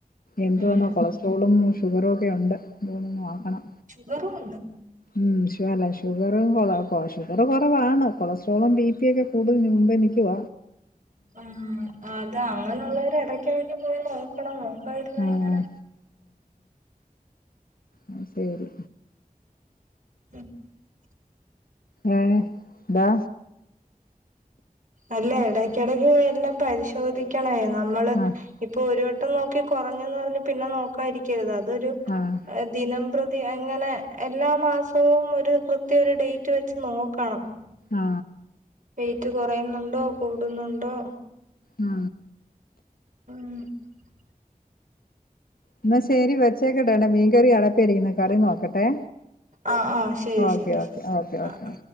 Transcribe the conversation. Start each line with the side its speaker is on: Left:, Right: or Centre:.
Left: എന്ത്
Right: ഉം.
Left: വാന്നാ കൊളസ്ട്രോളും ഷുഗറൊക്കെ ഉണ്ട് അതുകൊണ്ടൊന്ന് നോക്കണം
Right: ഷുഗറും ഉണ്ടോ
Left: മു അല്ല ഷുഗറും ഷുഗറ് കുറവാണ് കൊളസ്ട്രോളും ബി പിയ ഒക്കെ കൂടുതൽ നി എനിക്കുവ
Right: ആ അത് അങ്ങനുള്ളവര് ഇടക്കിടക്ക് പോയി നോക്കണം പോയിട്ടില്ലെ
Left: ആഹ്
Right: ഇങ്ങനെ
Left: ആ ശരി
Right: <inaudible>
Left: ഏ ന്താ
Right: അല്ല ഇടക്കിടയ്ക്ക് എല്ലാം പരിശോധിക്കണ എ നമ്മള്
Left: ആഹ്
Right: ഇപ്പൊ ഒരു വട്ടം ഇപ്പം നോക്കി കുറഞ്ഞന്ന് പറഞ്ഞ് പിന്നെ നോക്കാരിക്കരുത് അത് അതൊരു
Left: ആഹ്
Right: ദിനംപ്രതി അങ്ങനെ എല്ലാ മാസവും ഒരു കൃത്യ ഒരു ഡേറ്റ് വെച്ച് നോക്കണം
Left: ആ
Right: വെയിറ്റ് കുറയുന്നുണ്ടോ കൂടുന്നുണ്ടോ?
Left: ആ
Right: ഉം
Left: എന്നാ ശെരി വെച്ചേക്കട്ടെ ഡാ മീൻകറി അടപ്പെരിക്കുന്നു കറി നോക്കട്ടെ
Right: ആഹ് ആഹ് ശരി
Left: ഓക്കെ
Right: ശരി
Left: ഓക്കെ
Right: ശരി
Left: ഓക്കെ
Right: ആഹ്
Left: ഓക്കെ